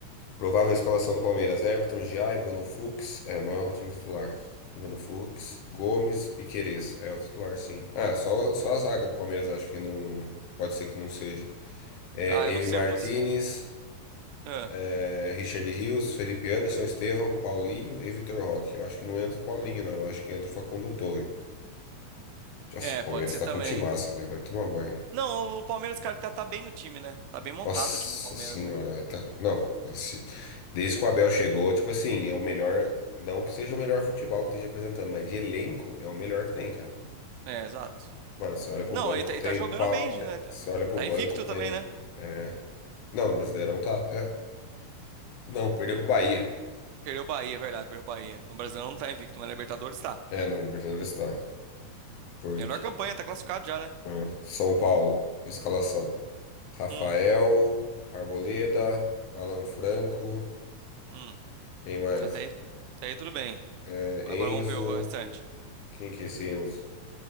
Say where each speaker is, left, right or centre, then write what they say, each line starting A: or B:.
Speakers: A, on the left (about 70°); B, on the right (about 80°).
A: Provável escalação do Palmeiras. Everton, Giai, Bruno Fux. É, não é o time titular. Bruno Fux, Gomes, Piquerez. É o titular, sim. Ah, só, só a zaga do Palmeiras acho que não. Pode ser que não seja. É,
B: Ah, eu não
A: M.
B: sei.
A: Martinez,
B: é possi- Ah,
A: É, Richard Rios, Felipe Anderson, Estevão, Paulinho e Vitor Roque. Eu acho que não entra o Paulinho, não. Eu acho que entra o Facundo Torre. Nossa,
B: é,
A: o Palmeiras
B: pode ser
A: tá
B: também.
A: com timaça, velho. Vai tomar banho.
B: Não, o o Palmeiras, cara, tá, tá bem o time, né? Tá bem montado
A: Nossa
B: o time do Palmeiras,
A: senhora,
B: né?
A: aí tá... Não, esse... desde que o Abel chegou, tipo assim, é o melhor. Não que seja o melhor futebol que esteja apresentando, mas de elenco é o melhor que tem, cara.
B: É, exato.
A: Mano, você olha pro
B: Não,
A: banco,
B: ele tá, ele
A: tem.
B: tá jogando
A: Pau...
B: bem,
A: te-
B: né? Tá
A: Você olha pro
B: tá
A: banco,
B: invicto
A: tem.
B: também, né?
A: É... Não, no Brasileirão tá. é, Não, perdeu pro Bahia.
B: Perdeu o Bahia, é verdade, perdeu o Bahia. No Brasileirão não tá invicto, mas na Libertadores tá.
A: É, no Libertadores tá. Porque.
B: Melhor campanha, tá classificado já, né?
A: Ah, São Paulo, escalação. Rafael,
B: Hum,
A: Arboleda, Alan Franco,
B: hum.
A: quem mais?
B: Até aí, até aí tudo bem.
A: É,
B: Agora
A: Enzo,
B: vamos ver o restante.
A: quem que é esse Enzo?